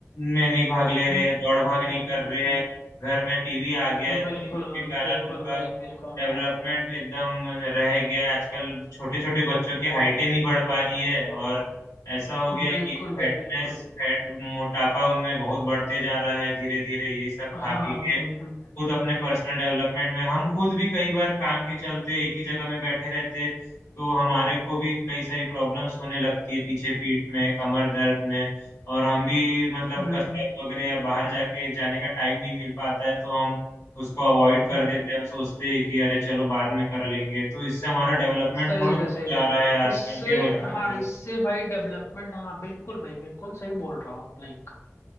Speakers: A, on the left; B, on the left.
A: में नहीं भाग ले
B: हम्म,
A: रहे हैं दौड़
B: हम्म,
A: भाग नहीं
B: हम्म,
A: कर रहे
B: हम्म,
A: हैं घर में टीवी आ गया
B: हम्म।
A: है
B: बिल्कुल
A: तो उसके कारण
B: बिल्कुल
A: उनका
B: भाई बिल्कुल
A: डेवलपमेंट
B: हाँ
A: एकदम रह गया है आजकल छोटे छोटे बच्चों की हाइटें नहीं बढ़ पा रही है और ऐसा हो गया है
B: बिल्कुल
A: कि फैटनेस
B: भाई बिल्कुल
A: फैट मोटापा उनमें बहुत बढ़ते जा रहा है धीरे धीरे यही सब खा
B: हाँ
A: पी
B: हम्म
A: के
B: हम्म
A: खुद अपने पर्सनल डेवलपमेंट में हम खुद भी कई बार काम के चलते एक ही जगह में बैठे रहते तो हमारे को भी कई सारी प्रॉब्लम्स होने लगती है पीछे पीठ में कमर दर्द में और हम भी मतलब
B: हम्म
A: कसरत
B: हम्म,
A: वगैरह
B: हम्म,
A: या बाहर
B: हम्म,
A: जाके जाने का टाइम नहीं मिल पाता है तो हम उसको अवॉइड
B: हम्म,
A: कर देते हैं हम सोचते हैं कि अरे चलो बाद में कर लेंगे तो इससे हमारा डेवलपमेंट
B: सही
A: थोड़ा
B: है सही
A: जा
B: है
A: रहा है आजकल
B: इससे
A: के रोजमर्रा
B: हाँ इससे भाई डेवलपमेंट हाँ बिल्कुल भाई बिल्कुल सही बोल रहा हूँ आप लाइक